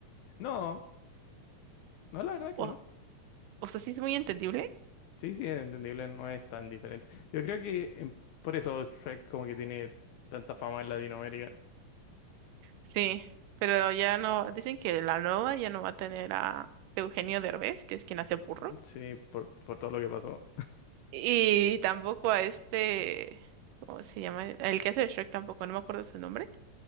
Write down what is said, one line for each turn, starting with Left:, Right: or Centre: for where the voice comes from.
Left: No, no, la verdad que
Right: O,
Left: no.
Right: o sea, sí es muy entendible.
Left: Sí, sí, es entendible, no es tan diferente. Yo creo que en- por eso Shrek como que tiene tanta fama en Latinoamérica.
Right: Sí, pero ya no, dicen que la nueva ya no va a tener a Eugenio Derbez, que es quien hace
Left: Um,
Right: Burro,
Left: sí, por, por todo lo que pasó.
Right: y tampoco a este, ¿cómo se llama? El que hace de Shrek tampoco, no me acuerdo su nombre,